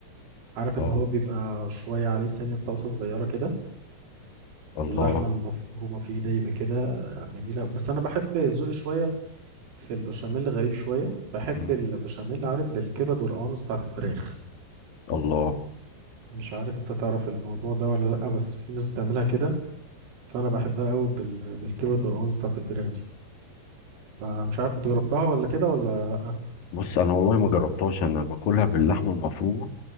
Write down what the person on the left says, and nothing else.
اه
الله
مم.
الله
بص انا والله ما جربتهاش انا باكلها باللحمه المفرومه